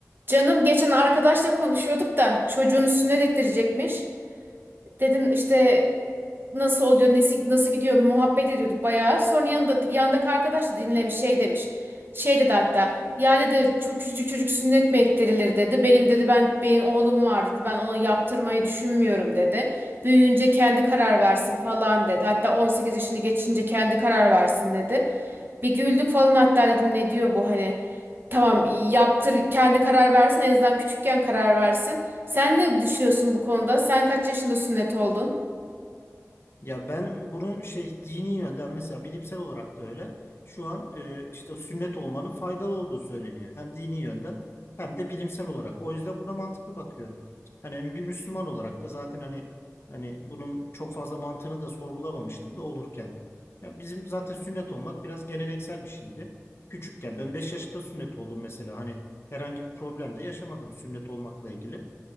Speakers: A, on the right; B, on the left.
A: Canım geçen arkadaşla konuşuyorduk da çocuğunu sünnet ettirecekmiş. Dedim işte nasıl oluyor, nesi, nasıl gidiyor muhabbet ediyorduk bayağı. Sonra yanında, yandaki arkadaş da dinlemiş şey demiş. Şey dedi hatta ya dedi çok küçücük çocuk sünnet mi ettirilir dedi. Benim dedi ben benim oğlum var dedi. Ben ona yaptırmayı düşünmüyorum dedi. Büyüyünce kendi karar versin falan dedi. Hatta 18 yaşını geçince kendi karar versin dedi. Bir güldük falan hatta dedim ne diyor bu hani tamam yaptır kendi karar versin en azından küçükken karar versin. Sen ne düşünüyorsun bu konuda? Sen kaç yaşında sünnet oldun?
B: Ya ben bunu şey dini yönden mesela bilimsel olarak da öyle. Şu an e, işte sünnet olmanın faydalı olduğu söyleniyor. Hem dini yönden hem de bilimsel olarak. O yüzden buna mantıklı bakıyorum. Hani bir Müslüman olarak da zaten hani hani bunun çok fazla mantığını da sorgulamamıştım da olurken. Ya bizim zaten sünnet olmak biraz geleneksel bir şeydi. Küçükken ben 5 yaşında sünnet oldum mesela. Hani herhangi bir problem de yaşamadım sünnet olmakla ilgili.